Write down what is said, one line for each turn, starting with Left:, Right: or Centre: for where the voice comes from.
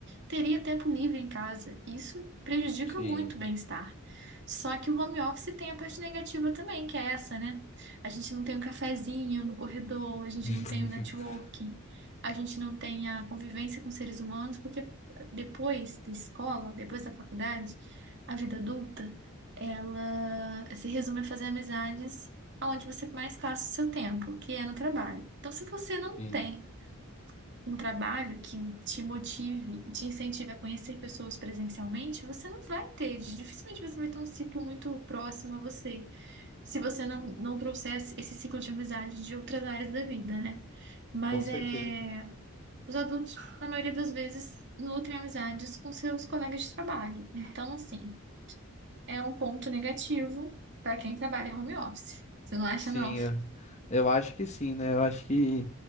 Right: teria tempo livre em casa. Isso prejudica
Left: Sim.
Right: muito o bem-estar. Só que o home office tem a parte negativa também, que é essa, né? A gente não tem um cafezinho no corredor, a gente
Left: <laughs>
Right: não tem o networking a gente não tem a convivência com seres humanos, porque depois da escola, depois da faculdade, a vida adulta, ela se resume a fazer amizades onde você mais passa o seu tempo, que é no trabalho. Então, se você não
Left: Sim,
Right: tem um trabalho que te motive, te incentive a conhecer pessoas presencialmente, você não vai ter, dificilmente você vai ter um ciclo muito próximo a você, se você não, não trouxer esse ciclo de amizade de outras áreas da vida, né? Mas
Left: com certeza.
Right: é. Os adultos, na maioria das vezes, nutrem amizades com seus colegas de trabalho. Então, assim, é um ponto negativo para quem trabalha home office. Você não acha,
Left: Sim,
Right: não?
Left: eu, eu acho que sim, né? Eu acho que